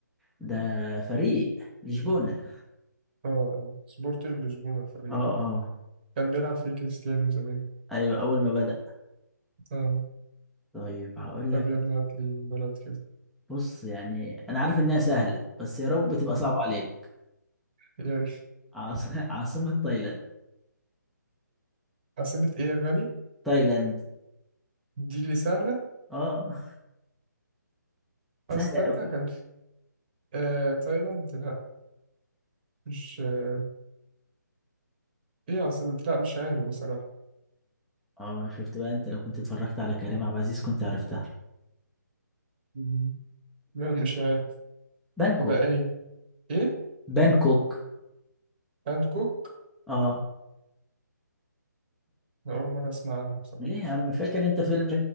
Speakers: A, in the centre; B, on the right.
A: ده فريق لشبونة
B: اه آه، سبورتنج لشبونة الفريق
A: اه اه
B: كان بيلعب فيه كريستيانو زمان
A: ايوه اول ما بدأ
B: اه
A: طيب هقول
B: طب
A: لك
B: يلا هات لي بلد كده
A: بص يعني انا عارف انها سهلة بس يا رب تبقى
B: مم.
A: صعبة عليك
B: يعني
A: عاص... <laughs> عاصمة تايلاند
B: عاصمة ايه يا غالي؟
A: تايلاند
B: دي اللي سهلة
A: اه
B: آه،
A: سهلة
B: استنى
A: قوي
B: كان في آه... تايلاند لا مش آه... ايه عاصمة لا مش عارف بصراحة
A: اه شفت بقى انت لو كنت اتفرجت على كريم عبد العزيز كنت عرفتها
B: مم. لا مش عارف
A: بانكوك
B: تبقى ايه؟ ايه؟
A: بانكوك
B: بانكوك؟
A: اه
B: أنا أول مرة أسمع عنه بصراحة
A: ليه يا عم فاكر انت فيلم